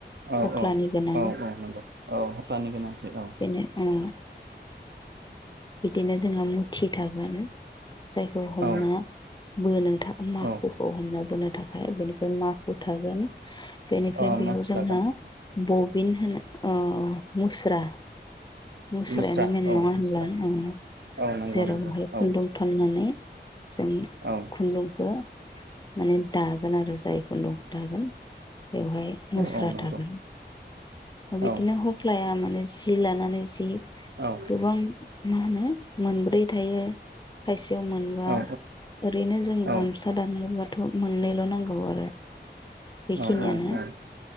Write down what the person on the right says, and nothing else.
औ
औ
औ औ नंगौ औ हख्लानि गोनांथि औ।
औ
औ
अ
मा खुथा
गान
मुस्रा
औ
मुस्रा
औ नंगौ
नंगौ
औ
औ
औ नंगौ
औ
औ
औ
औ
औ औ औ